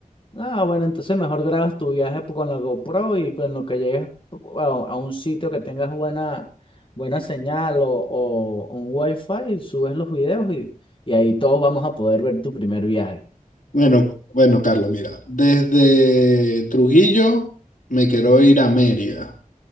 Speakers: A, on the left; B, on the left.
A: Ah, bueno, entonces mejor grabas tu viaje po- con la GoPro y con lo que llegues a, a un sitio que tengas buena, buena señal o, o un wifi, subes los videos y, y ahí todos vamos a poder ver tu primer viaje.
B: Bueno, bueno, Carlos, mira, desde Trujillo me quiero ir a Mérida,